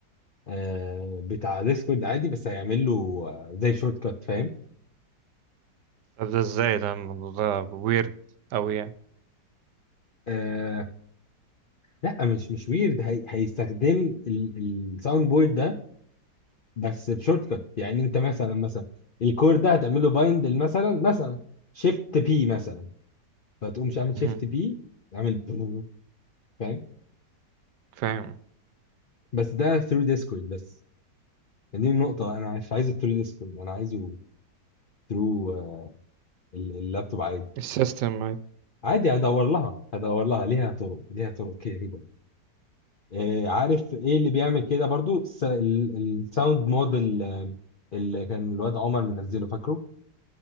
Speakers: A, on the left; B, on the right.
A: آه بتاع ديسكورد عادي بس هيعمل له آه، زي شورت كات فاهم
B: طب ده ازاي ده الموضوع ده ويرد اوي يعني
A: آه لا مش مش ويرد هي هيستخدم الساوند بورد ده بس بشورت كات يعني انت مثلا مثلا الكور ده هتعمل له بايند مثلا مثلا شيفت بي مثلا فتقوم عامل شيفت
B: مهم.
A: بي عامل برو، فاهم
B: فاهم
A: بس ده ثرو ديسكورد بس دي النقطة أنا مش عايزه ثرو ديسكورد أنا عايزه ثرو اللابتوب عادي
B: السيستم أيوة.
A: عادي هدور لها هدور لها ليها طرق ليها طرق كده كده آه، عارف ايه اللي بيعمل كده برضو الس- ال- الساوند موديل آه، اللي كان الواد عمر منزله فاكره